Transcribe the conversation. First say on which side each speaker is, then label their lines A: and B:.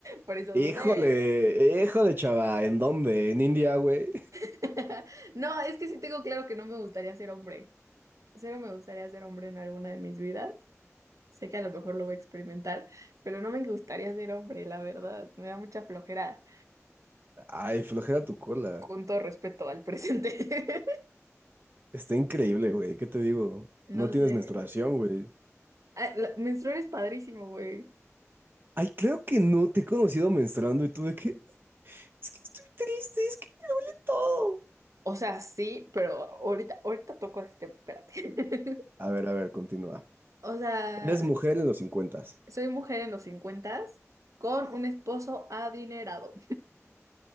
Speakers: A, on the right; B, on the right.
A: por eso
B: Híjole,
A: dudé.
B: híjole, chava, ¿en dónde? ¿En India, güey?
A: <laughs> No, es que sí tengo claro que no me gustaría ser hombre. Cero me gustaría ser hombre en alguna de mis vidas. Sé que a lo mejor lo voy a experimentar, pero no me gustaría ser hombre, la verdad. Me da mucha flojera,
B: Ay, flojera tu cola.
A: con todo respeto al presente. <laughs>
B: Está increíble, güey, ¿qué te digo?
A: No
B: No tienes
A: sé.
B: menstruación, güey.
A: Ah, la- menstruar es padrísimo, güey.
B: Ay, creo que no, te he conocido menstruando y tú de qué. Es que estoy triste, es que me duele todo.
A: O sea, sí, pero ahorita, ahorita toco este tema, espérate. <laughs>
B: A ver, a ver, continúa.
A: O sea,
B: Eres mujer en los cincuentas.
A: soy mujer en los cincuentas con un esposo adinerado.